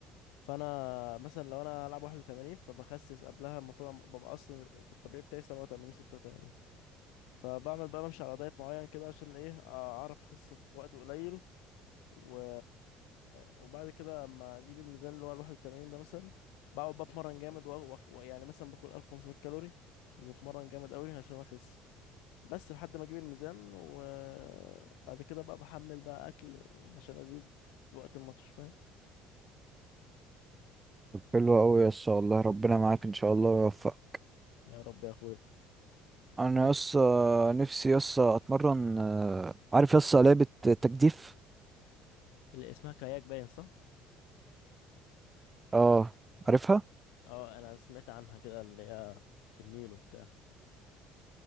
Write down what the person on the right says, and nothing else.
طب حلو أوي يا اسطى والله ربنا معاك إن شاء الله ويوفقك
أنا
يا اسطى نفسي يا اسطى أتمرن آه، عارف يا اسطى لعبة تجديف؟
أه عارفها؟